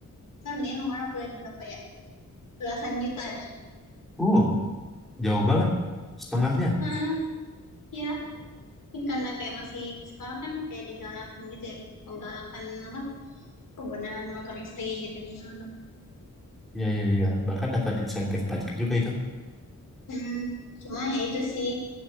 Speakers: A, on the left (about 75°); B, in the centre.
A: itu harganya kemarin aku lihat berapa ya belasan juta ya
B: Uh, jauh banget. Setengahnya.
A: Heeh, ya mungkin karena kayak masih sekarang kan kayak digalakin gitu ya penggalakan apa penggunaan motor listrik gitu di sana
B: Iya, iya, iya. Bahkan dapat insentif pajak juga itu.
A: Hmm, cuma ya itu sih